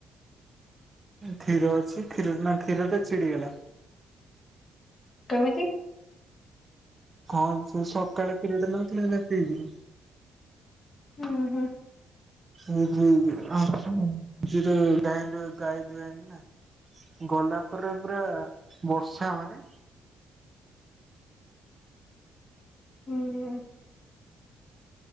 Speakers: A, on the right; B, on the left.
A: କ୍ଷୀର ଅଛି କ୍ଷୀର ନା କ୍ଷୀର ତ ଛିଡ଼ିଗଲା।
B: କେମିତି?
A: କଣ ସେ ସକାଳେ କ୍ଷୀରଟା ନଥିଲା ନା ପିଇଲି।
B: ହୁଁ ହୁଁ।
A: <unintelligible> ଗଲା ପରେ ପୁରା ବର୍ଷା ମାନେ।
B: ହୁଁଁ।